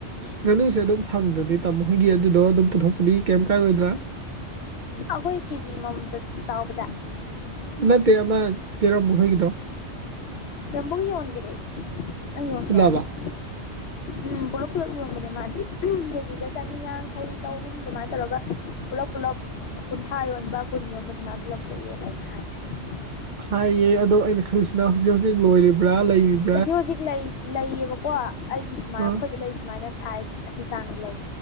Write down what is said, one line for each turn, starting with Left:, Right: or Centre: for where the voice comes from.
Right: ꯉꯥꯅꯨꯁꯦ ꯑꯗꯨꯝ ꯐꯪꯗ꯭ꯔꯗꯤ ꯇꯥꯃꯣ ꯍꯣꯏꯒꯤ ꯑꯗꯨꯗꯣ ꯑꯗꯨꯝ ꯄꯨꯊꯣꯛꯄꯗꯤ ꯀꯩꯝ ꯀꯥꯏꯔꯣꯏꯗ꯭ꯔꯥ
Left: ꯑꯈꯣꯏ ꯀꯦꯖꯤ ꯑꯃꯥꯃꯝꯗꯥ ꯆꯥꯎꯕꯖꯥꯠꯅꯦ
Right: ꯅꯠꯇꯦ ꯑꯃ ꯆꯦꯔ ꯃꯈꯣꯏꯒꯤꯗꯣ
Left: ꯌꯥꯝꯕꯨꯡ ꯌꯣꯟꯈ꯭ꯔꯦ ꯑꯩ ꯌꯣꯟꯈ꯭ꯔꯦ
Right: ꯄꯨꯜꯂꯕ
Left: ꯍꯥꯏꯗꯨꯗꯤ ꯎꯝ ꯄꯨꯂꯞ ꯄꯨꯂꯞ ꯌꯣꯟꯕꯅꯦ ꯃꯥꯗꯤ ꯀꯦꯖꯤꯗ ꯆꯅꯤꯌꯥꯡ ꯌꯥꯡꯈꯩ ꯆꯍꯨꯝ ꯑꯗꯨꯃꯥꯏꯅ ꯇꯧꯔꯒ ꯄꯨꯂꯞ ꯄꯨꯂꯞ ꯀꯨꯟꯊ꯭ꯔꯥ ꯌꯣꯟꯕ ꯀꯨꯟ ꯒꯨꯝꯕ ꯑꯗꯨ ꯃꯥꯏꯅ ꯄꯨꯂꯞ ꯄꯨꯂꯞ ꯑꯩꯅ ꯍꯥꯏꯗꯣꯏꯁꯅꯦ
Right: ꯍꯥꯏꯌꯦ ꯑꯗꯣ ꯑꯩꯅ ꯈꯪꯜꯂꯤꯁꯤꯅ ꯍꯧꯖꯤꯛ ꯍꯧꯖꯤꯛ ꯂꯣꯏꯔꯤꯕ꯭ꯔꯥ ꯂꯩꯔꯤꯕꯥ
Left: ꯍꯧꯖꯤꯛ ꯍꯧꯖꯤꯛ ꯂꯩꯌꯦꯕꯀꯣ ꯑꯩꯒꯤ ꯁꯨꯃꯥꯏꯅ
Right: ꯑꯥ
Left: ꯑꯩꯈꯣꯏꯗ ꯂꯩꯁꯨ ꯁꯨꯃꯥꯏꯅ ꯁꯥꯏꯖ ꯑꯁꯤ ꯆꯥꯡ ꯂꯩ